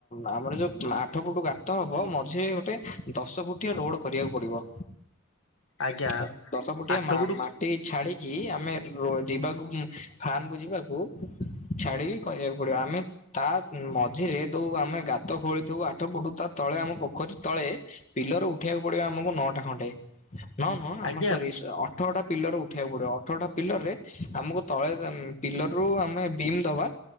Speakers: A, on the left (about 35°); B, on the left (about 70°).
A: ଆମର ଯୋଉ ଆଠ ଫୁଟୁ ଗା ତ ହବ ମଝିରେ ଗୋଟେ ଦଶ ଫୁଟିଆ ରୋଡ କରିବାକୁ ପଡିବ।
B: ଆଜ୍ଞା
A: ଓ ଦଶ ଫୁଟିଆ
B: ଆଠ
A: ମା-
B: ଗୁଣ୍ଠୁ
A: ମା ଟି କି ଛାଡିକି ଆମେ ରୋ-ଯିବାକୁ ଉଁ, ଫାର୍ମ କୁୁ ଯିବାକୁ ଛାଡିକି କରିବାକୁ ପଡିବ, ଆମେ ତା ଉଁ, ମଝିରେ ଯୋଉ ଆମେ ଗାତ ଖୋଳିଥିବୁ ଆଠ ଫୁଟୁ, ତା ତଳେ ଆମ ପୋଖରୀ ତଳେ ପିଲର ଉଠେଇବାକୁ ପଡିବ ଆମକୁ ନଅଟା ଖଣ୍ଟେ ନଅ ନୁହଁ ଆମ
B: ଆଜ୍ଞା
A: ସରି ସ- ଅ ଅଠରଟା ପିଲର ଉଠେଇବାକୁ ପଡିବ। ଅଠରଟା ପିଲର ରେ ଆମକୁ ତଳେ ଦେ-ଉଁ, ପିଲର ରୁ ଆମେ ବିମ୍ ଦବା